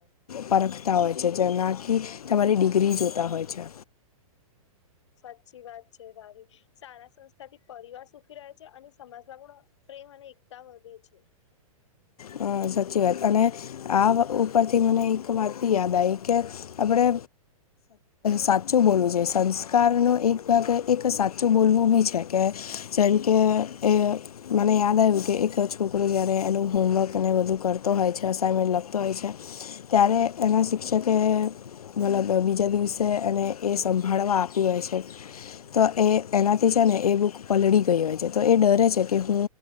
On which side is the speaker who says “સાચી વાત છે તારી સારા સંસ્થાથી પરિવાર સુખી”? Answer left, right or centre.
Left